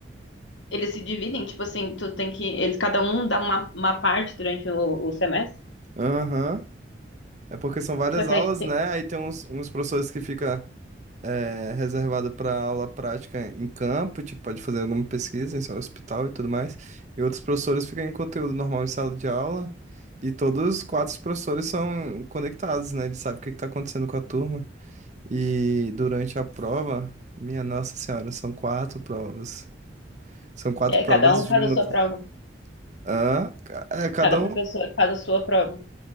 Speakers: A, on the left; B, on the right.
A: eles se dividem, tipo assim, tu tem que. Eles, cada um dá uma, uma parte durante o, o semestre.
B: <laughs> Aham. É porque são várias
A: Só que
B: aulas,
A: aí tu tem.
B: né? Aí tem uns, uns professores que fica é, reservado para aula prática em campo, tipo, pode fazer alguma pesquisa em seu hospital e tudo mais. E outros professores ficam em conteúdo normal em sala de aula. E todos os quatro professores são conectados, né? Eles sabem o que está acontecendo com a turma. E durante a prova, minha Nossa Senhora, são quatro provas. São quatro
A: é,
B: provas
A: cada um
B: juntas.
A: faz a sua prova.
B: Ah, é, cada
A: Cada professor
B: um
A: faz a sua prova.